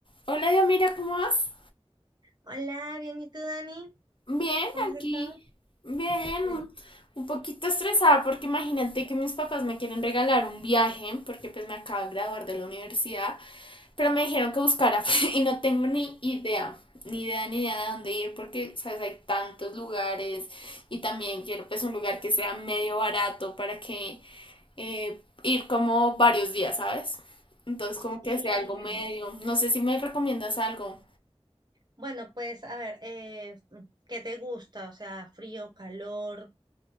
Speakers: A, on the left; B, on the right.
A: Hola, Dios, mira, ¿cómo vas?
B: Hola, bien, ¿y tú, Dani?
A: Bien,
B: ¿Cómo has
A: aquí.
B: estado?
A: Bien,
B: Bien.
A: un, un poquito estresada porque imagínate que mis papás me quieren regalar un viaje porque pues me acabo de graduar de la universidad, pero me dijeron que buscara <laughs> y no tengo ni idea, ni idea, ni idea de dónde ir porque, sabes, hay tantos lugares y también quiero pues un lugar que sea medio barato para que eh, ir como varios días, ¿sabes? Entonces como
B: Y
A: que sea algo medio. No sé si me recomiendas algo.
B: bueno, pues a ver, eh, ¿qué te gusta? O sea, frío, calor.